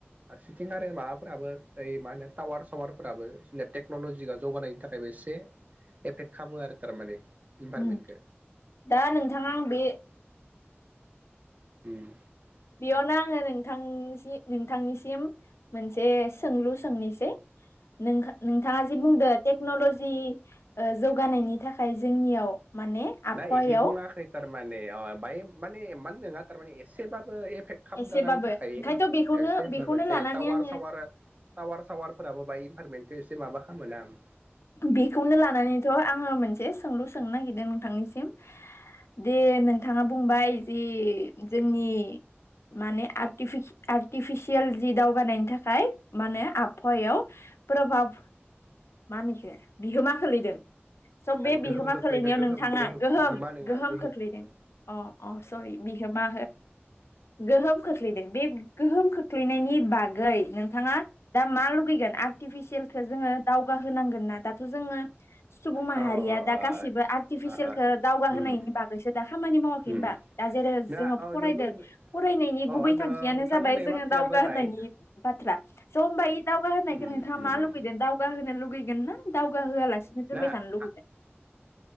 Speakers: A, on the right; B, on the left.
A: फारसिथिं आरो माबाफोराबो ओय मा होनो टावार सावार फोराबो जोंनिया टेकन'लजि जौगानायनि थाखायबो एसे एफेक्ट खालामो आरो थारमाने इनभारमेन्टखौ
B: उम दा नोंथां आं बे
A: उम
B: बेयावनो आङो नोंथांनि नोंथांनिसिम मोनसे सोंलु सोंनिसै नों नोंथाङा जि बुंदो टेक्न'लजि जि जौगानायनि थाखाय जोंनियाव माने आबहावायाव
A: ना इदि बुङा खैथा थारमाने अ बाय माने मानो नङा थारमाने एसेबाबो खालाम
B: एसेबाबो
A: आंनि थाखाय
B: ओंखायनोथ' बेखौनो
A: एसे होनबो
B: बेखौनो
A: जेरै
B: लानानै
A: टावार
B: आङो
A: सावार टावार सावार फोराबो बाहाय पारमेटखौ एसे माबा खालाम मोनाम।
B: बेखौनो लानानैथ' आङो मोनसे सोंलु सोंनो नागिरदों नोंथांनिसिम दे नोंथाङा बुंबाय जि जोंनि माने आर्टिफिसियेल जि दावगानायनि थाखाय मा होनो आबहावायाव प्रभाब मा होनखो बिहोमा खोलैदों। स' बे बिहोमा
A: गोहोम खोख्लैदो
B: खोलैनायाव
A: गोहोम
B: नोंथाङा गोहोम
A: बिहोमा नङा
B: गोहोम खोख्लैदों
A: बियो
B: अ अ सरि बिहोमा गोहोम। खोख्लैदों बे गोहोम खोख्लैनायनि बागै नोंथाङा दा मा लुगैगोन आर्टिफिसियेलखौ जोङो दा जौगा होनांगोन ना दाथ' जोङो सुबुं माहारिया
A: औ अ
B: दा गासिबो आर्टिफिसियेलखौो
A: अ अ
B: दावगा होनोनायनि
A: उम
B: बागैसो दा खामानि मावाखै
A: उम
B: हबा दा जेरै जोङो
A: ना औ
B: फरायदों
A: नोंगौ
B: फरायनायनि
A: अ
B: गुबै थांखियानो
A: नोंथां
B: जाबाय
A: होननाय
B: जोङो
A: बाथ्रायाबो
B: दावगा
A: राइट
B: होनायनि बाथ्रा स' होमबा बे दावगा होनायखौ
A: उम
B: नोंथाङा
A: उम
B: मा लुबैदों दावगा लुगैगोनना। दावगा होआलासिनो दोनबाय
A: ना आ
B: थानो लुुबैगोन।